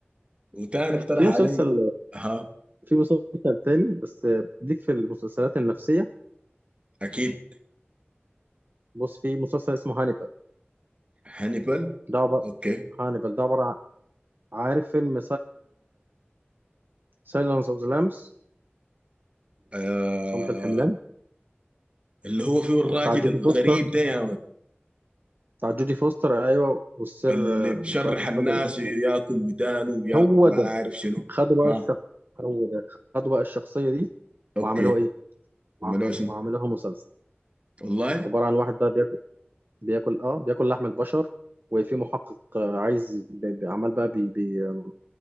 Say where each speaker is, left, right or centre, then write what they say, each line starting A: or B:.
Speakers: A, on the right (about 30°); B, on the right (about 50°).
A: وتاني اقترح
B: في مسلسل
A: علي ها
B: في مسلسل تاني بس ديك في المسلسلات النفسيه
A: اكيد
B: بص في مسلسل اسمه هانيبال
A: هانيبال
B: ده عباره
A: اوكي
B: هانيبال ده عباره عن- عارف فيلم سايلنس اوف ذا لامبس
A: آه
B: صمت الحملان
A: اللي هو فيه الراجل
B: بتاع جودي
A: الغريب
B: فوستر
A: ده يا مان
B: بتاع جودي فوستر ايوه والسر
A: اللي بشرح
B: آه، مش عارف- مش
A: الناس
B: فاكر اسمه
A: ياكل ودانه وياكل
B: هو
A: ما
B: ده
A: عارف شنو
B: خدوا
A: ها
B: بقى الشخص هو ده خدوا بقى الشخصية دي
A: اوكي
B: وعملوها ايه؟ وع-
A: عملوها شنو؟
B: وعملوها مسلسل
A: والله
B: عبارة عن واحد بقى بياكل بياكل اه بياكل لحم البشر وفي محقق آه، عايز بي- بي- عمال بقى بي بي آم،